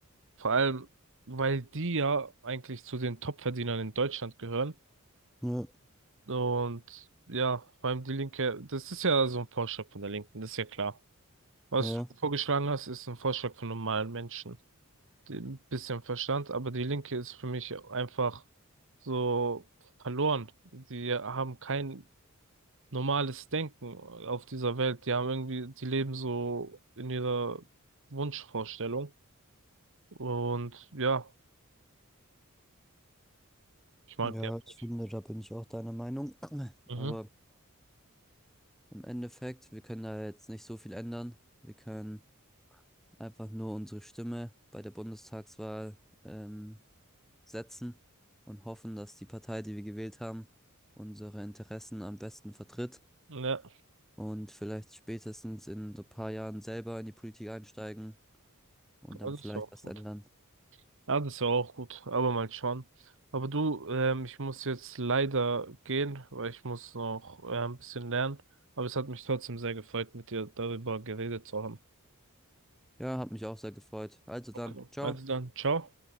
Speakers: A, on the right (about 60°); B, in the centre.
A: Vor allem, weil die ja eigentlich zu den Top-Verdienern in Deutschland gehören.
B: Ja,
A: Und ja, vor allem die Linke, das ist ja so ein Vorschlag von der Linken, das ist ja klar. Was
B: ja,
A: du vorgeschlagen hast, ist ein Vorschlag von normalen Menschen. ein bisschen Verstand, aber die Linke ist für mich einfach so verloren. Die haben kein normales Denken auf dieser Welt. Die haben irgendwie, die leben so in ihrer Wunschvorstellung. Und ja, ich mag
B: ja,
A: die einfach
B: ich
A: nicht.
B: finde, da bin ich auch deiner Meinung. <clears throat>
A: Mhm.
B: Aber im Endeffekt, wir können da jetzt nicht so viel ändern. Wir können einfach nur unsere Stimme bei der Bundestagswahl ähm, setzen und hoffen, dass die Partei, die wir gewählt haben, unsere Interessen am besten vertritt
A: Ja,
B: und vielleicht spätestens in so ein paar Jahren selber in die Politik einsteigen und
A: also
B: dann vielleicht
A: das war auch
B: was
A: gut.
B: ändern.
A: Ja, das war auch gut, aber mal schauen. Aber du, ähm, ich muss jetzt leider gehen, weil ich muss noch äh, ein bisschen lernen. Aber es hat mich trotzdem sehr gefreut, mit dir darüber geredet zu haben.
B: Ja, hat mich auch sehr gefreut. Also
A: Okay,
B: dann, ciao.
A: Also dann, ciao.